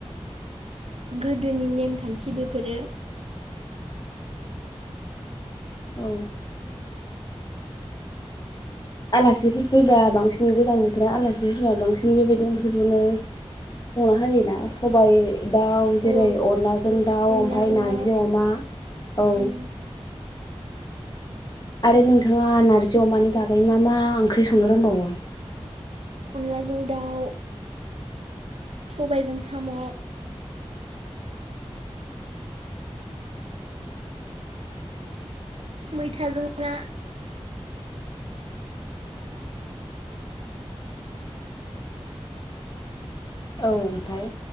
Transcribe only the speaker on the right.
गोदोनि नेम खानथि बेफोरो
औ
अनलाजों
दाउ
उम
अनलाजों दाउ सबायजों साम' मैथाजों ना